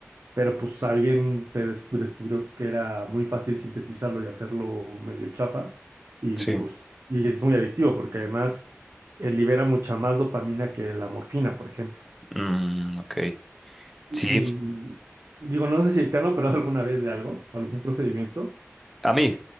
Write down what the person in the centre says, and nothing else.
Sí,
mm, ok.
Sí,
a mí,